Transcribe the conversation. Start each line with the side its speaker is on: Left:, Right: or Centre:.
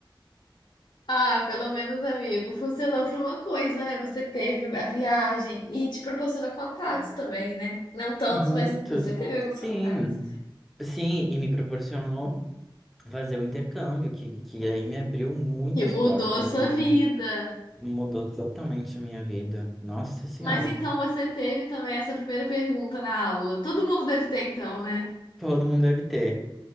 Left: Ah, pelo menos, amigo, funcionou pra uma coisa, né? Você teve a viagem e te proporciona contatos também, né? Não tantos,
Centre: Muitos?
Left: mas você teve alguns contatos.
Centre: Sim. Sim, e me proporcionou. fazer o intercâmbio, que, que aí me abriu muitas
Left: Que mudou
Centre: portas
Left: a sua
Centre: e
Left: vida.
Centre: mudou totalmente a minha vida. Nossa Senhora,
Left: Mas então você teve também essa primeira pergunta na aula. Todo mundo deve ter, então, né?
Centre: todo mundo deve ter